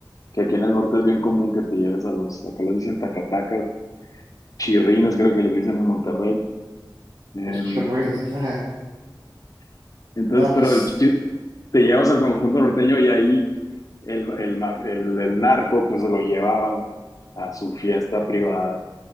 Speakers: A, on the left (about 45°); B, on the right (about 75°).
A: que aquí en el norte es bien común que te lleves a los, acá les dicen tacatacas, chirrines creo que les dicen en Monterrey. Em,
B: Los churrines. <laughs>
A: <laughs> Entonces,
B: Nada, pues,
A: pero el chi- te llevas al conjunto norteño y ahí el, el, ma- el, el narco pues se lo llevaba a su fiesta privada